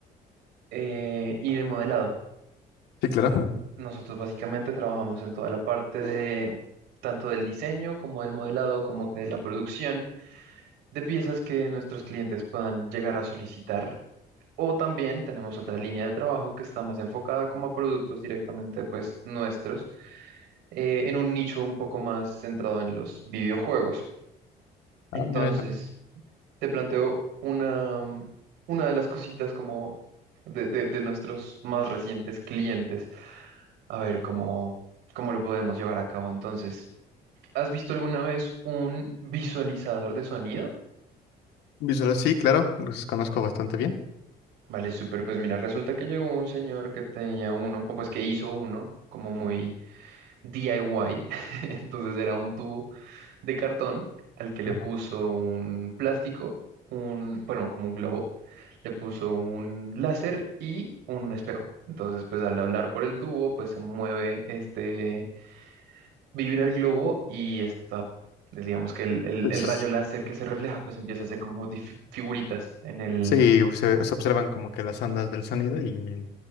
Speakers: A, on the right (about 85°); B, on the left (about 80°).
A: eh, y de modelado.
B: Sí, claro.
A: Nosotros básicamente trabajamos en toda la parte de tanto del diseño como del modelado, como que de la producción de piezas que nuestros clientes puedan llegar a solicitar. O también tenemos otra línea de trabajo que está más enfocada como a productos directamente pues nuestros, eh, en un nicho un poco más centrado en los videojuegos. Entonces,
B: Ah, mira esa
A: te planteo una, una de las cositas como de, de de nuestros más recientes clientes. A ver cómo, cómo lo podemos llevar a cabo entonces. ¿Has visto alguna vez un visualizador de sonido?
B: visual, sí, claro, los conozco bastante bien.
A: Vale, súper. Pues mira, resulta que llegó un señor que tenía uno, o pues que hizo uno, como muy DIY. <laughs> Entonces era un tubo de cartón al que le
B: Ajá.
A: puso un plástico, un, bueno, como un globo, le puso un láser y un espejo. Entonces, pues al hablar por el tubo, pues se mueve este vibra el globo y está, pues, digamos que el, el-
B: Pues
A: el rayo láser que se refleja, pues empieza a hacer como dif- figuritas en el...
B: sí, se, se observan como que las ondas del sonido y